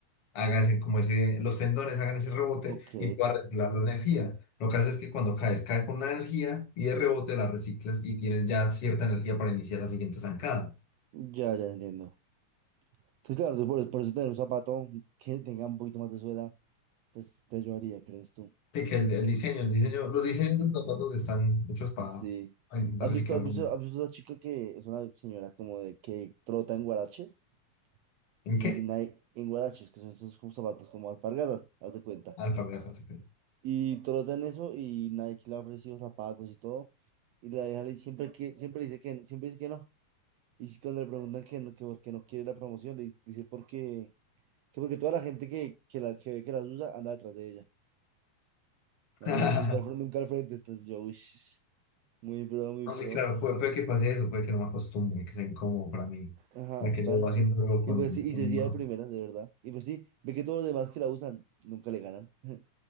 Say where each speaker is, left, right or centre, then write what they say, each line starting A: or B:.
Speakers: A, on the left; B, on the right.
A: haga ese, como ese, los tendones hagan ese rebote
B: ok,
A: y pueda reciclar la energía. Lo que hace es que cuando caes, caes con una energía y de rebote la reciclas y tienes ya cierta energía para iniciar la siguiente zancada.
B: ya, ya entiendo. Entonces, claro, tú por, por eso tener un zapato que tenga un poquito más de suela, pues te ayudaría, ¿crees tú?
A: Así que el, el diseño, el diseño, los diseños de los zapatos están hechos para,
B: Sí.
A: para intentar
B: ¿Has
A: reciclarlo.
B: visto, has visto, has visto a esa chica que es una señora como de que trota en guaraches?
A: ¿En
B: Y
A: qué?
B: nadie, en guaraches, que son esos como zapatos como alpargatas, haz de cuenta.
A: Alpargatas. ok.
B: Y trota en eso y Nike le ha ofrecido zapatos y todo. Y la deja siempre que, siempre dice que, siempre dice que no. Y si cuando le preguntan que no, que porque no quiere la promoción, le dice, dice porque, que porque toda la gente que, que, la, que ve que las usa anda detrás de ella.
A: <laughs>
B: No, no, nunca al frente, nunca al frente. Entonces yo, uish, muy pro, muy
A: No,
B: pro.
A: sí, claro, puede, puede que pase eso, puede que no me acostumbre, que sea incómodo para mí,
B: Ajá,
A: ya que
B: total.
A: yo haciéndolo
B: Y, y
A: con,
B: pues sí, y
A: con
B: se hacía
A: no.
B: de primeras, de verdad. Y pues sí, ve que todos los demás que la usan nunca le ganan, <laughs>